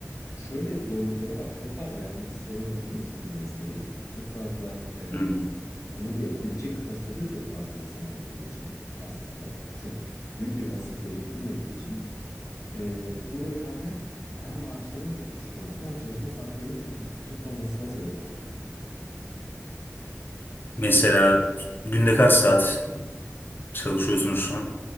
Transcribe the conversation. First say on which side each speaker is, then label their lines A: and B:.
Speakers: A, on the left (about 75°); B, on the left (about 40°).
A: şöyle zorlukları var. Çok fazla yapmak isteyen olduğu için bu mesleği, çok fazla eee,
B: Hmm.
A: bunu da yapabilecek kapasitede çok fazla insan olduğu için aslında çok büyük bir vasıf gerektirmediği için eee, bu rekabet hem maaşların çok düşük olmasına hem çalışma saatlerinin çok yüksek olmasına sebep oluyor.
B: Mesela günde kaç saat çalışıyorsunuz şu an?